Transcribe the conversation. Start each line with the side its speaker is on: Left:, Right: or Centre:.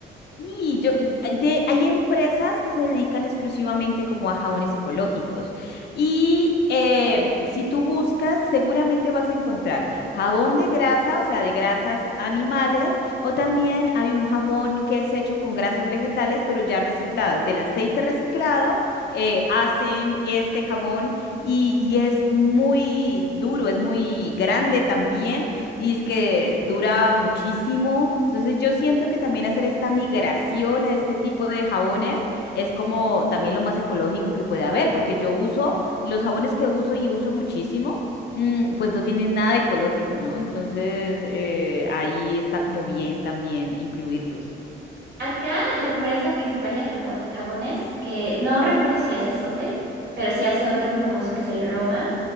Left: Y yo, eh, ah, de, hay empresas que se dedican exclusivamente como a jabones ecológicos. Y eh, si tú buscas, seguramente vas a encontrar jabón de grasa, o sea, de grasas animales, o también hay un jabón que es hecho con grasas vegetales, pero ya recicladas. Del aceite reciclado eh, hacen este jabón y, y es muy duro, es muy grande también y es que dura muchísimo. Entonces yo siento que también hacer esta migración a este tipo de jabones es como también lo más ecológico que puede haber, porque yo uso los jabones que uso y uso muchísimo, mm, pues no tienen nada ecológico, ¿no? Entonces eh, ahí está como bien también incluirlos.
Right: Acá la empresa principal de jamo- jabones, que no recuerdo si hace Sote, pero sí hace otro muy famoso que es el Roma,